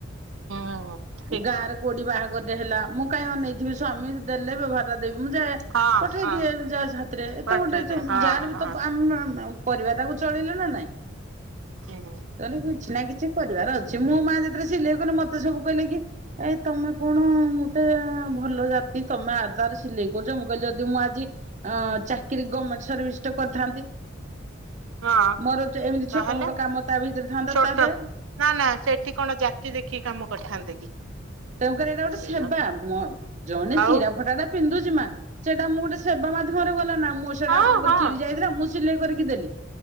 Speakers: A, on the right; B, on the right.
A: ହୁଁ ଠିକ୍
B: ଗାଁରେ କୋଉଡି ବାହାଘରଟେ ହେଲା ମୁଁ କାହିଁ ଅନେଇଥିବି ସ୍ୱାମୀ ଦେଲେ ବେଭାରଟା ଦେବି ମୁଁ ଯାଏ।
A: ହଁ
B: ପଠେଇ
A: ହଁ
B: ଦିଏ ଯାହାଜ ହାତରେ ଏ
A: ପଠେଇଦେ
B: ତ ଗୋଟେ
A: ହଁ
B: ଯା ବି
A: ହଁ
B: ତ ଆମ ପରିବାଟାକୁ ଚଳିଇଲେ ନା ନାଇଁ?
A: ହୁଁ।
B: କହିଲି କିଛି ନା କିଛି କରିବାର ଅଛି ମୁଁ ମା ଯେତେବେଳେ ସିଲେଇ କଲି ମତେ ସବୁ କହିଲେ କି ଏ ତମେ କଣଅ ମୋଟେ ଭ ଭଲ ଜାତି ତମେ ଆର ତାର ସିଲେଇ କରୁଛ ମୁଁ କହିଲି ଯଦି ମୁଁ ଆଜି ଅ ଚାକିରି ଗମେଟ ସର୍ଭିସ ଟେ କରିଥାନ୍ତି
A: ହଁ
B: ମୋର ଚ ଏମିତି
A: ତାହେଲେ
B: ଛୋଟ ମୋଟ କାମ ତା ଭିତରେ ଥାନ୍ତା
A: ଛୋଟ
B: ତାହେଲେ
A: ନା ନା ସେଠି କଣ ଜାତି ଦେଖିକି କାମ କରିଥାନ୍ତେ କି।
B: ତେଣୁ କରି ଏଟା
A: ହଁ
B: ଗୋଟେ
A: ସେଇଆ
B: ସେବା
A: ତ
B: ମ ଜଣେ
A: ଆଉ
B: ଚିରା ଫଟାଟା ପିନ୍ଧୁଛି ମା ସେଟା ମୁଁ ଗୋଟେ ସେବା ମାଧ୍ୟମରେ ଗଲା ନା ମୋସ ସେଟା
A: ହଁ
B: ଆପଣଙ୍କର
A: ହଁ
B: ଚିରି ଯାଇଥିଲା ମୁଁ ସିଲେଇ କରିକି ଦେଲି।